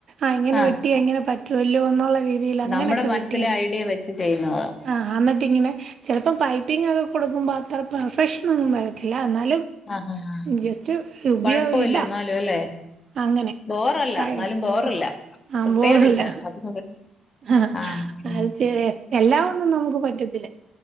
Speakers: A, on the right; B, on the left.
A: ആഹ്ങ്ങെ
B: ആഹ്
A: വെട്ടി അങ്ങനെ പറ്റുവല്ലോ എന്നുള്ള രീതിയിൽ അങ്ങനെയൊക്കെ
B: നമ്മുടെ മനസ്സിലെ
A: വെട്ടിയെടുക്കണം
B: ഐഡിയ വെച്ച് ചെയ്യുന്നതാ
A: ആഹ എന്നിട്ട് ഇങ്ങനെ ചിലപ്പോം പൈപ്പിംഗ ഒക്കെ കൊടുക്കുമ്പോ അത്ര പെർഫെക്ഷൻ ഒന്നും വരത്തില്ല എന്നാ
B: ആഹ് ആഹ്
A: ജസ്റ്റ് രപ
B: കൊഴപ്പവില്ല
A: <unintelligible> യ ഇട
B: എന്നാലും അല്ലേ
A: അങ്ങനെ
B: ബോറല്ല
A: ക
B: എന്നാലും ബോറല്ല
A: ആ ആ
B: വൃത്തികേടില്ല
A: ബോറല്ല
B: അത്
A: ആ
B: ആഹ് ആഹ്
A: അത് തീരെ എറക്കല്ല അതൊന്നും നമുക്ക് പറ്റത്തില്ലേ